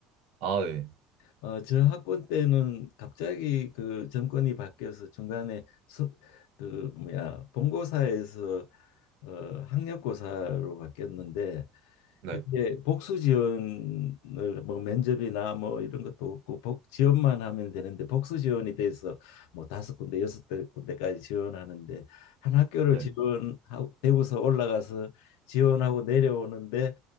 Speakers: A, on the right (about 70°); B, on the left (about 80°).
A: 아 네.
B: 어, 저 학번 때는 갑자기 그 정권이 바뀌어서 중간에 서, 그 뭐야 본고사에서 어, 학력고사로 바뀌었는데
A: 네.
B: 그게 복수지원을 뭐 면접이나 뭐 이런 것도 없고 복 지원만 하면 되는데 복수지원이 돼서 뭐 다섯 군데 여섯 대- 군데까지 지원하는데 한 학교를
A: 네.
B: 지원하고 대구서 올라가서 지원하고 내려오는데